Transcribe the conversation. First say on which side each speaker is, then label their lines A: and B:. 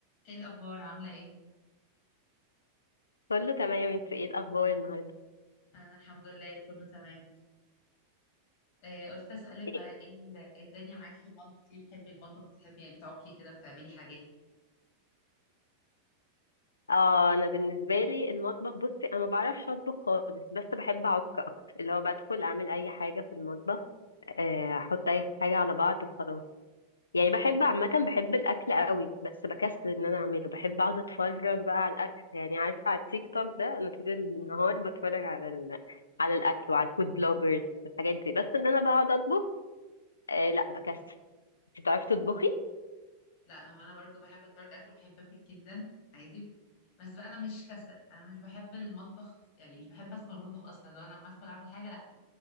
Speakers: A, on the left (about 45°); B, on the left (about 75°).
A: ايه الاخبار عامله ايه
B: كله تمام انت ايه الاخبار النهارده
A: انا الحمد لله كله تمام آه قلت اسالك بقى
B: إيه؟
A: ايه ال- الدنيا معاكي في المطبخ ايه بتحبي المطبخ بتحبي يعني بتعكي كده وبتعملي حاجات
B: اه انا بالنسبه لي المطبخ بصي انا ما بعرفش اطبخ خالص بس بحب اعك اكتر اللي هو بدخل اعمل اي حاجه في المطبخ آه، احط اي حاجه على بعض وخلاص يعني بحب عامه بحب الاكل قوي بس بكسل ان انا اعمله بحب اقعد اتفرج بقى على الاكل يعني عارفه على التيك توك ده انا طول النهار بتفرج على ال... على الاكل وعلى الفود بلوجرز والحاجات دي بس ان انا بقعد اطبخ آه لا بكسل انت بتعرفي تطبخي
A: لا هو انا برضو بحب اتفرج اكل وبحب اكل جدا عادي بس بقى انا مش كسل انا مش بحب المطبخ يعني مش بحب ادخل المطبخ اصلا لو لما ادخل اعمل حاجه لا